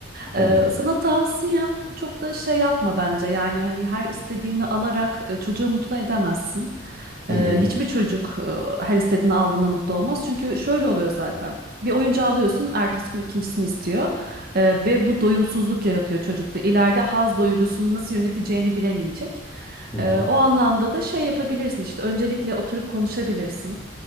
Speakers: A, on the left; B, on the right.
A: hı
B: Ee,
A: hı,
B: sana tavsiyem çok da şey yapma bence yani hani her istediğini alarak e, çocuğu mutlu edemezsin.
A: hı
B: Ee,
A: hı,
B: hiçbir çocuk e, her istediğini aldığında mutlu olmaz. Çünkü şöyle oluyor zaten. Bir oyuncağı alıyorsun, ertesi gün ikincisini istiyor Ee, ve bu doyumsuzluk yaratıyor çocukta. İleride haz duygusunu nasıl yöneteceğini bilemeyecek.
A: hı hı,
B: Ee, o anlamda da şey yapabilirsin işte öncelikle oturup konuşabilirsin.